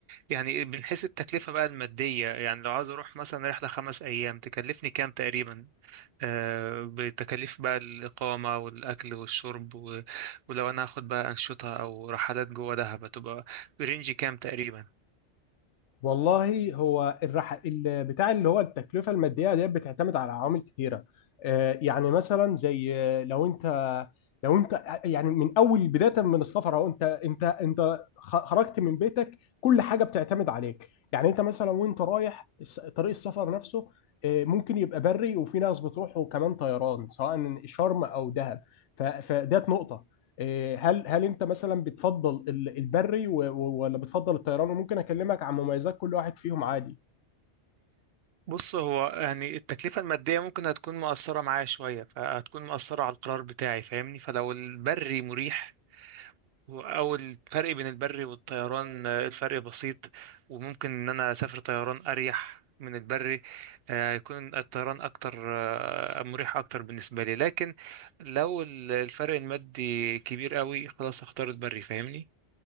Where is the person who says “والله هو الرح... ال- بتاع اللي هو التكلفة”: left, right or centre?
Left